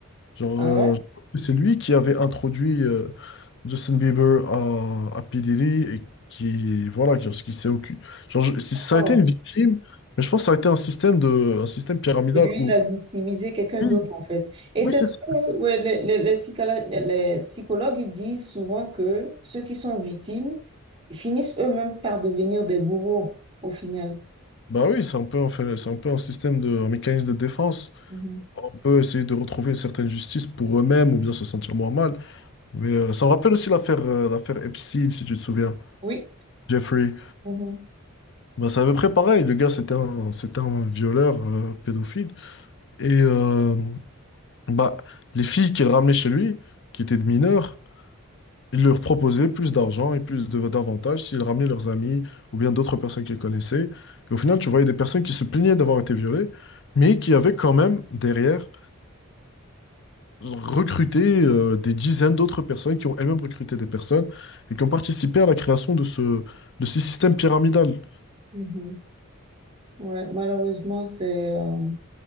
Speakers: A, on the left; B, on the right.
A: Genre,
B: Ah
A: euh,
B: ouais?
A: je pense que c'est lui qui avait introduit euh, Justin Bieber à, à P. Diddy et qui, voilà, genre, ce qui s'est occupé. Genre, je- c'est- ça
B: Oh.
A: a été une victime, mais je pense que ça a été un système de, un système pyramidal
B: Et lui,
A: où.
B: il a victimisé quelqu'un
A: Oui,
B: d'autre, en fait. Et
A: oui,
B: c'est
A: c'est
B: ce
A: ça.
B: que ouais, les, les- les psychala- les psychologues ils disent souvent que ceux qui sont victimes finissent eux-mêmes par devenir des bourreaux, au final.
A: Bah oui, c'est un peu, en fait, c'est un peu un système de, un mécanisme de défense.
B: Mhm,
A: on peut essayer de retrouver une certaine justice pour eux-mêmes ou bien se sentir moins mal. Mais euh, ça me rappelle aussi l'affaire euh, l'affaire Epstein, si tu te souviens.
B: Oui,
A: Jeffrey.
B: mhm,
A: Ben, c'est à peu près pareil. Le gars, c'était un, c'était un violeur euh, pédophile. Et euh, bah, les filles qu'il ramenait chez lui, qui étaient de mineurs, il leur proposait plus d'argent et plus de- d'avantages s'il ramenait leurs amis ou bien d'autres personnes qu'il connaissait. Et au final, tu voyais des personnes qui se plaignaient d'avoir été violées, mais qui avaient quand même derrière recruter euh, des dizaines d'autres personnes qui ont elles-mêmes recruté des personnes et qui ont participé à la création de ce, de ce système pyramidal.
B: mhm. ouais, malheureusement, c'est... euh,